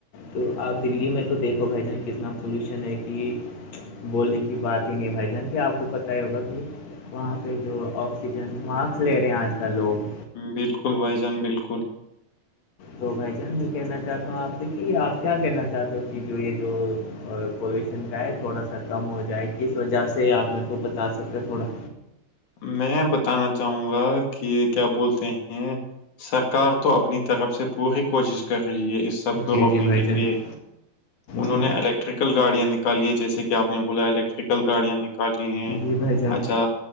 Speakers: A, on the left; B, on the left.
A: تو آپ دلی میں تو دیپو بھائی جان کتنا پالوشن ہے کہ بولنے کی بات ہی نہیں بھائی جان کی آپ کو پت ہی ہوگا کہ وہاں پہ جو آکسیج- مارکس لے رہے ہیں آج کل لوگ-
B: بالکل بھائی جان, بالکل-
A: تو بھائی جان میں کہنا چاہتا ہوں آپ سے کہ آپ کیا کہنا چاہتے ہو کہ جو یہ جو- اور پولوشن کا ہے تھوڑا سا کم ہو جائے کس وجہ سے آپ میرے کو بتا سکتے ہو تھوڑا-
B: میں بتانا چاہوں گا کہ کیا بولتے ہیں سرکار تو اپنی طرف سے پوری کوشش کر رہی ہے اس- سب کو
A: جی
B: روکنے
A: جی بھائی
B: کے
A: جان
B: لئے انہوں
A: جی
B: نے الیکٹ- الٹریکل گاڑیاں نکالی ہیں جیسے کہ آپ نے بولا الیکٹریکل گاڑیاں نکالی ہیں
A: جی بھائی جان
B: اچھا